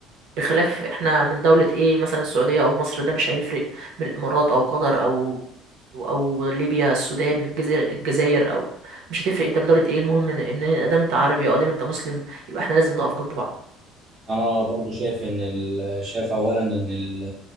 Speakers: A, on the right; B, on the right.
A: بخلاف احنا من دولة ايه مثلا السعودية او مصر ده مش هيفرق من الامارات او قطر او او ليبيا السودان الجزائر الجزائر او مش هتفرق انت من دولة ايه المهم ان إن ادام انت عربي او ادام انت مسلم يبقى احنا لازم نقف جنب بعض
B: انا برضو شايف ان ال... شايف اولا ان ال...